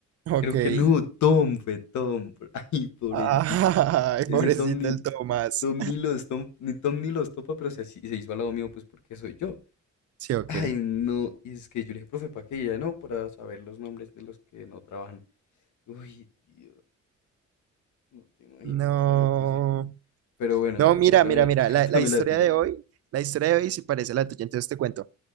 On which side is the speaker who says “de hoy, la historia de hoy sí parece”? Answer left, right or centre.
Right